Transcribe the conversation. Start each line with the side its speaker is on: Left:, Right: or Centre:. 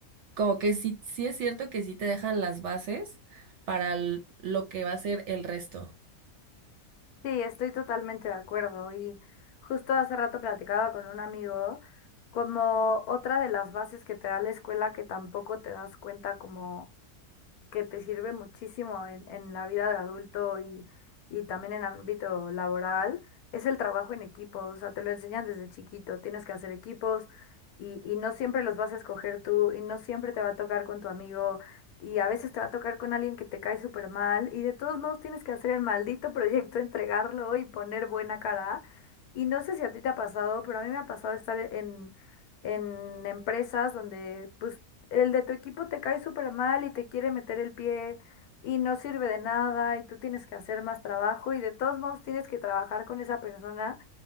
Right: como que sí, sí es cierto que sí te dejan las bases para l- lo que va a ser el resto.
Left: Sí, estoy totalmente de acuerdo. Y justo hace rato platicaba con un amigo como otra de las bases que te da la escuela que tampoco te das cuenta como que te sirve muchísimo en, en la vida de adulto y, y también en ámbito laboral, es el trabajo en equipo. O sea, te lo enseñan desde chiquito, tienes que hacer equipos y, y no siempre los vas a escoger tú y no siempre te va a tocar con tu amigo y a veces te va a tocar con alguien que te cae súper mal y de todos modos tienes que hacer el maldito proyecto, <laughs> entregarlo y poner buena cara. Y no sé si a ti te ha pasado, pero a mí me ha pasado estar en... en empresas donde pues el de tu equipo te cae súper mal y te quiere meter el pie y no sirve de nada y tú tienes que hacer más trabajo y de todos modos tienes que trabajar con esa persona